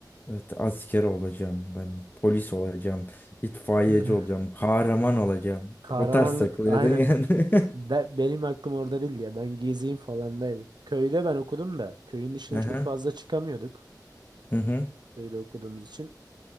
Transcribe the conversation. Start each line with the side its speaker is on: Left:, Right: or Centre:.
Left: Evet, asker olacağım ben, polis olacağım, itfaiyeci
Right: <laughs>
Left: olacağım, kahraman olacağım.
Right: Kahramanlık
Left: O tarz takılıyordun
Right: aynen.
Left: yani. <laughs>
Right: Be- benim aklım orada değildi ya. Ben gezeyim falandaydı. Köyde ben okudum da köyün dışına
Left: Hı
Right: çok
Left: hı.
Right: fazla çıkamıyorduk.
Left: Hı hı.
Right: Köyde okuduğumuz için.